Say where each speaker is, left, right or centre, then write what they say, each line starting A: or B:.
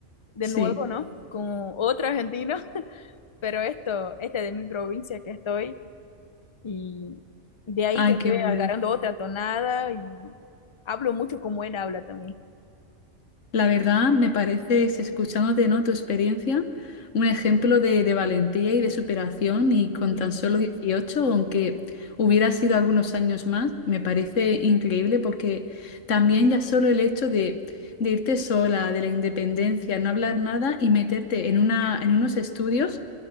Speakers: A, on the left (about 50°); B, on the left (about 75°).
A: de
B: Sí.
A: nuevo, ¿no? Con otro argentino, <laughs> pero esto, este de mi provincia que estoy, y de ahí
B: Ay,
A: yo estoy
B: qué bueno.
A: agarrando otra tonada y hablo mucho como él habla también.
B: La verdad, me parece si escuchándote, ¿no? Tu experiencia, un ejemplo de, de valentía y de superación y con
A: Sí.
B: tan solo dieciocho aunque hubiera sido algunos años más, me parece increíble porque también ya solo el hecho de, de irte sola, de la independencia, no hablar nada y meterte en una, en unos estudios